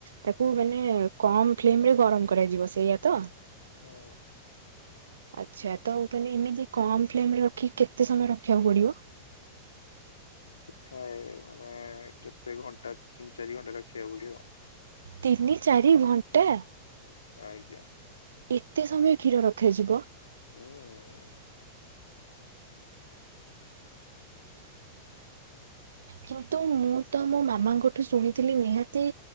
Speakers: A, on the right; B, on the left.
A: ତାକୁ ମାନେ କମ ଫ୍ଲେମ୍ ରେ ଗରମ୍ କରାଯିବ ସେଇଆ ତ?
B: ହୁଁ।
A: ଆଚ୍ଛା ତ ମାନେ ଏମିତି କମ୍ ଫ୍ଲେମରେ ରଖିକି କେତେ ସମୟ ରଖିବାକୁ ପଡିବ?
B: ଥାଏ ମାନେ କେତେ ଘଣ୍ଟା ତିନ ଚାରି ଘଣ୍ଟା ରଖିବାକୁ ପଡିବ।
A: ତିନି ଚାରି ଘଣ୍ଟା।
B: ଆଜ୍ଞା।
A: ଏତେ ସମୟ କ୍ଷୀର ରଖାଯିବ?
B: ହୁଁ।
A: କିନ୍ତୁ ମୁଁ ତ ମୋ ମାମାଙ୍କଠୁ ଶୁଣିଥିଲି ନିହାତି।